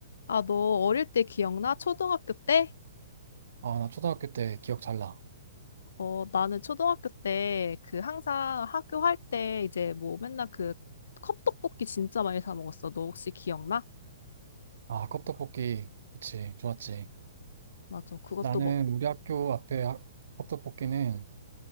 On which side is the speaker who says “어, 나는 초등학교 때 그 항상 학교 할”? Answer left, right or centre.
Left